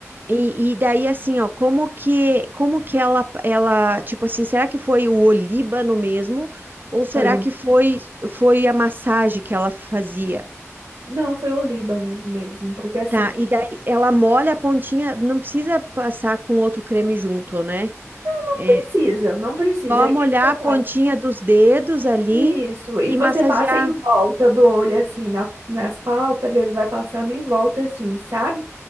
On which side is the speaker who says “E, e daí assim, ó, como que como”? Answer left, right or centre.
Right